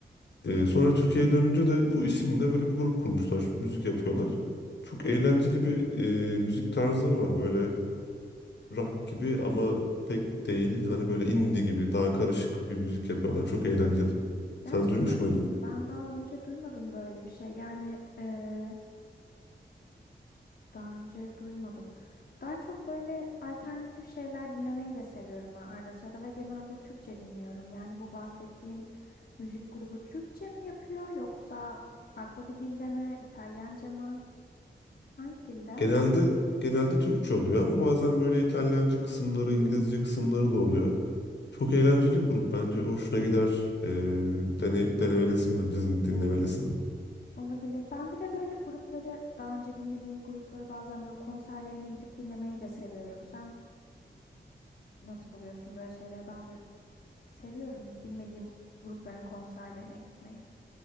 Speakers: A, on the left; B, on the left.
A: Ee, sonra Türkiye'ye dönünce de bu isimle böyle bir grup kurmuşlar. Müzik yapıyorlar. Çok eğlenceli bir e, müzik tarzları var. Böyle rock gibi ama pek değil. Hani böyle indie gibi daha karışık bir müzik yapıyorlar. Çok eğlenceli.
B: Gerçekten
A: Sen duymuş muydun?
B: mi? Ben daha önce duymadım böyle bir şey. Yani eee, daha önce duymadım. Daha çok böyle alternatif şeyler dinlemeyi de seviyorum ben arada sırada ve genelde Türkçe dinliyorum. Yani bu bahsettiğin müzik grubu Türkçe mi yapıyor yoksa farklı bir dilde mi? İtalyanca mı? Hangi dilde?
A: Genelde genelde Türkçe oluyor ama bazen böyle İtalyanca kısımları, İngilizce kısımları da oluyor. Çok eğlenceli bir grup bence. Hoşuna gider. Ee, dene, denemelisin bence, zin- dinlemelisin.
B: Olabilir. Ben bir de böyle grupları daha önce bilmediğim grupları bazen böyle konserlerine gidip dinlemeyi de seviyorum. Sen nasıl buluyorsun böyle şeyleri? Ben böyle Seviyorum bilmediğim grupların konserlerine gitmeyi.